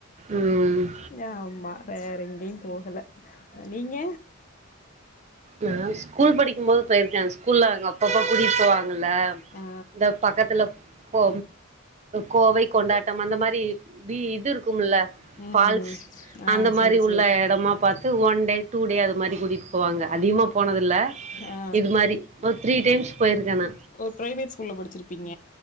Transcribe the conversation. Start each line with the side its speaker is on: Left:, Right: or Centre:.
Right: ம்
Left: எ ஆமா வேற எங்கேயு போகல நீங்க
Right: நா ஸ்கூல் படிக்கும் போது போயிருக்கே ஸ்கூல்ல அங்க அப்பப்ப கூடிட்டு போவாங்க இல்ல
Left: ஆ
Right: இந்த பக்கத்துல போ கோவை கொண்டாட்டம் அந்த மாரி பி இது இருக்கும்ல
Left: ம்
Right: ஃபால்ஸ்
Left: ஆ
Right: அந்த மாரி
Left: சேரி
Right: உள்ள
Left: சேரி
Right: எடமா பாத் து ஒன் டே டூ டே அது மாரி கூட்டிட்டு போவாங்க அதிகமா போனதுல்ல
Left: ஆ
Right: இது மாரி ஒரு த்ரீ டைம்ஸ் போயிருக்கு நா
Left: ஓ பிரைவேட் ஸ்கூல்ல படிச்சிருப்பீங்க